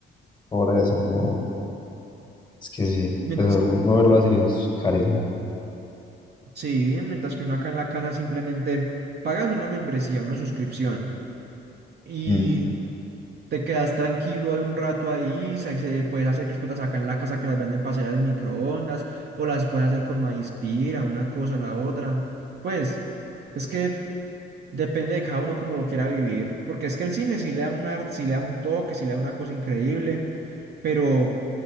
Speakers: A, on the left (about 20°); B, on the right (about 55°).
A: por eso no. Es que sí,
B: Mientras,
A: eso, no, no verlo
B: mi-
A: así es carísimo.
B: sí, mientras que uno acá en la casa simplemente pagas una membresía, una suscripción. Y
A: Mm.
B: Te quedas tranquilo hay un rato ahí, sa- se puedes hacer crispetas acá en la casa que las venden para hacer al microondas, o las puedes hacer con maíz pira, una cosa, la otra. Pues, es que Depende de cada uno como lo quiera vivir, porque es que el cine sí le da un arte, sí le da un toque, sí le da una cosa increíble, pero